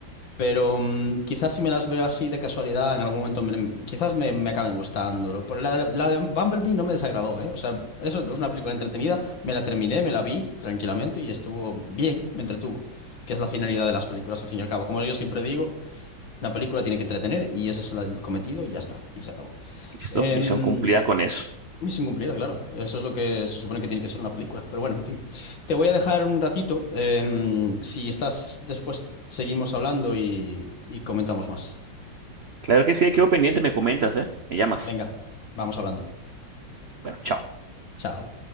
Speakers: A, on the left; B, on the right.
A: Pero mm, quizás si me las veo así de casualidad, en algún momento me- quizás me, me acaben gustando. Lo- por La de, la de Bumblebee no me desagradó, ¿eh? O sea, eso es una película entretenida. Me la terminé, me la vi tranquilamente y estuvo bien, me entretuvo. Que es la finalidad de las películas, al fin y al cabo. Como yo siempre digo, una película tiene que entretener y ese es el cometido y ya está, y se acabó.
B: Listo,
A: Em,
B: misión cumplida con eso.
A: misión cumplida, claro. Eso es lo que se supone que tiene que ser una película. Pero bueno, en fin. Te voy a dejar un ratito. Em, si estás después, seguimos hablando y, y comentamos más.
B: Claro que sí, quedo pendiente, me comentas, ¿eh? Me llamas.
A: Venga, vamos hablando.
B: Bueno, chao.
A: Chao.